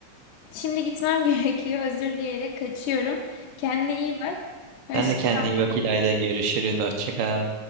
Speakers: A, on the left (about 85°); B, on the right (about 80°).
A: Şimdi gitmem <laughs> gerekiyor. Özür dileyerek kaçıyorum. Kendine iyi bak. Hoşça
B: Sen de kendine iyi bak İlayda. Görüşürüz. Hoşça kal.